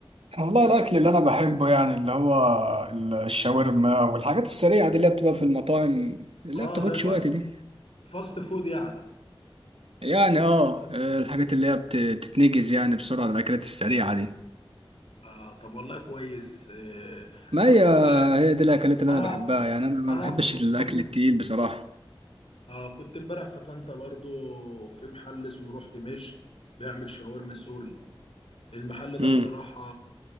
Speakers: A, on the right; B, on the left.
A: والله الاكل اللي انا بحبه يعني اللي هو الشاورما والحاجات السريعه دي اللي هي بتبقى في المطاعم لا
B: اه
A: بتاخدش
B: زي فاست
A: وقت دي
B: فاست فود يعني
A: يعني اه الحاجات اللي هي بت- بتتنجز يعني بسرعة الأكلات السريعة دي
B: اه طب والله كويس إيه
A: ما
B: انا
A: هي
B: برضو بحب
A: هي دي الأكلات اللي
B: انا
A: أنا بحبها يعني أنا ما
B: انا
A: بحبش
B: ك-
A: الأكل
B: كنت
A: التقيل بصراحة
B: آه كنت امبارح في طنطا برضو في محل اسمه روح دمشق بيعمل شاورما سوري المحل
A: امم
B: ده بصراحة